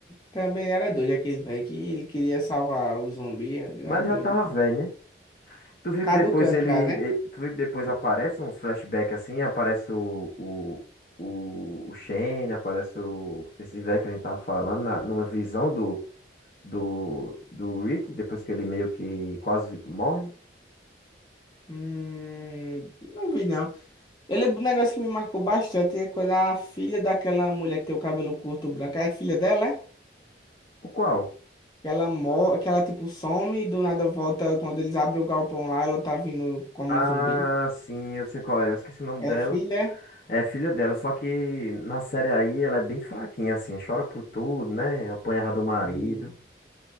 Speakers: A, on the left (about 25°); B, on the left (about 50°).
A: também era doido, aquele velho que ele queria salvar o zumbi. Eu digo,
B: Mas
A: ah,
B: ele
A: doido.
B: já tava velho, né? Tu viu
A: Caducando
B: que depois ele.
A: já,
B: e-
A: né?
B: Tu viu que depois aparece uns flashbacks assim? Aparece o. O, o, o Shane, aparece o, esse velho que a gente tava falando, na, numa visão do, do, do Rick, depois que ele meio que quase morre.
A: Hum, não vi, não. Ele é um negócio que me marcou bastante é quando a filha daquela mulher que tem o cabelo curto branco, é a filha dela, é?
B: O qual?
A: Que ela morre, que ela tipo some e do nada volta quando eles abrem o galpão lá, ela tá vindo como
B: Ah,
A: um zumbi.
B: sim, eu sei qual é. Eu esqueci o nome
A: É
B: dela.
A: filha?
B: É filha dela, só que na série aí ela é bem fraquinha, assim, chora por tudo, né? Apanhava do marido.
A: Sim,